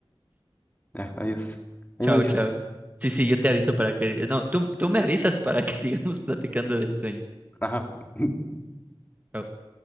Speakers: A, on the left; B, on the right.
A: Ya, adiós. Ahí
B: Chao,
A: me avisas.
B: chao. Sí, sí, yo te aviso para que, no, tú, tú me avisas para que <laughs> sigamos platicando del sueño.
A: Ajá. <laughs>
B: Chao.